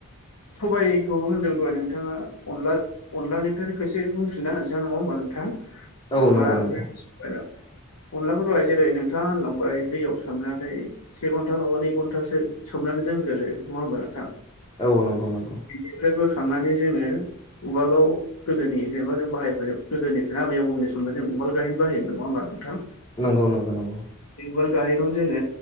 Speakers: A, on the left; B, on the left.
A: सबायखौ होनदों दोहाय नोंथाङा अनला अनलानिफ्राय खसे बुंफिनना होनसां नङा होनोमबा नोंथां
B: औ
A: अनला
B: नंगौ नोंथां
A: <unintelligible> अनलाफोर दहाय जेरै नोंथाङा होनलांबाय दैयाव सोमनानै से घन्टा नङाबा नै घन्टासो सोमनानै दोनगोरो नङा होमबा नोंथां
B: औ नंगौ नंगौ
A: बेनिफ्राय बोखांनानै जोङो उवालाव गोदोनि जेनबा जों बाहाय गोदोनिफ्रायनो आबै आबुंनि समाव जों उवाल गाहेन बाहायोमोन नङा होमबा नोंथां
B: नंगौ नंगौ नंगौ
A: बे वाल गाहेनावनो जोङो